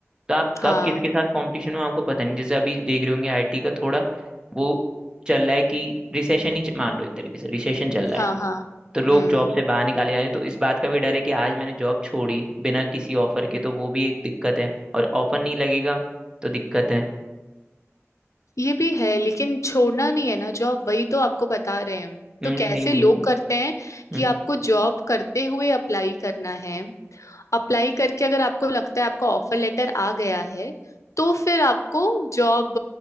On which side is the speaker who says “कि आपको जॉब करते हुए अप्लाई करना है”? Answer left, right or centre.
Left